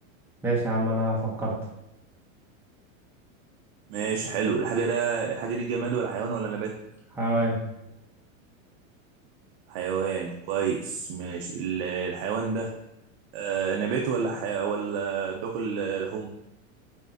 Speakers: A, in the centre; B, on the right (about 50°).
A: ماشي يا عم انا فكرت
B: ماشي حلو الحاجه ده الحاجه دي جماد ولا حيوان ولا نبات
A: حيوان
B: حيوان كويس ماشي ال- الحيوان ده آه نباتي ولا حي... ولا باكل آه، لحوم